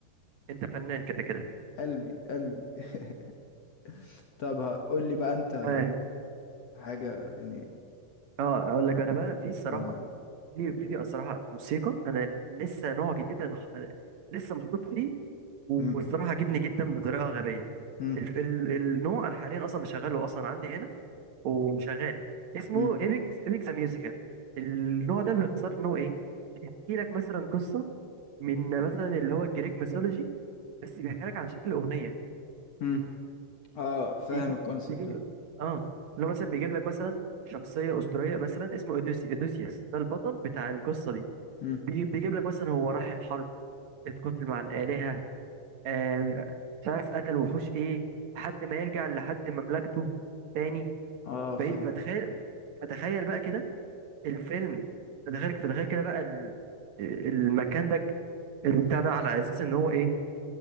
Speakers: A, on the right (about 65°); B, on the left (about 75°).
A: انت فنان كده كده
B: قلبي قلبي <laughs> طب قول لي بقى أنت
A: اه
B: حاجة يعني
A: اه اقول لك انا بقى في الصراحه
B: اه
A: في في الصراحه موسيقى انا لسه نوع جديد انا ح- أنا لسه محطوط فيه والصراحه
B: مم.
A: عجبني جدا بطريقه غبيه
B: مم.
A: ال... ال... النوع انا حاليا اصلا مشغله اصلا عندي هنا وشغال اسمه
B: مم.
A: ايبكس ايبكس ميوزيكال النوع ده باختصار ان هو ايه بيحكي لك مثلا قصه من مثلا اللي هو الجريك ميثولوجي بس بيحكي لك على شكل اغنيه
B: مم. اه فاهم
A: بيجيب
B: الكونسبت
A: بيجيب
B: ده
A: لك اه اللي هو مثلا بيجيب لك مثلا شخصيه اسطوريه مثلا اسمه اوديسي اوديسيوس ده البطل بتاع القصه دي
B: مم.
A: بيجيب, بيجيب لك مثلا هو راح الحرب اتقتل مع الالهه آه مش عارف قتل وحوش ايه لحد ما يرجع لحد مملكته تاني
B: اه فاهم
A: فايه فتخيل فتخيل بقى كده الفيلم فتخيل فتخيل كده بقى ال- المكان ده البتاع ده على اساس ان هو ايه